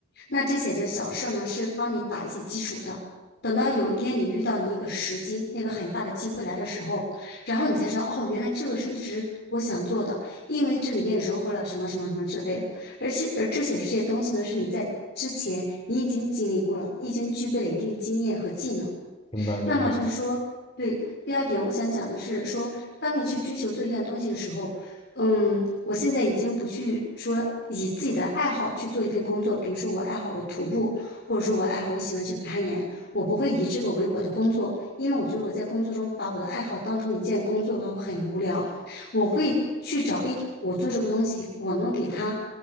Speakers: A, on the left (about 60°); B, on the left (about 30°).
A: 那这些就小事儿呢，是帮你打一些基础的。等到有一天你遇到你一个时机，那个很大的机会来的时候，然后你才知道，哦，原来这个是一直我想做的，因为这里面融合了什么什么什么之类的。而且，而这些这些东西呢，是你在之前你已经经历过了，你已经具备了一定经验和技能。
B: 明白明白
A: 那么就是说，对，第二点我想讲的是说，当你去追求做一样东西的时候，嗯，我现在已经不去说以自己的爱好去做一份工作，比如说我爱好我徒步，或者说我爱好我喜欢去攀岩，我不会以这个为我的工作，因为我觉得我在工作中把我的爱好当成一件工作的话，我很无聊。我会去找，诶，我做这个东西，我能给它，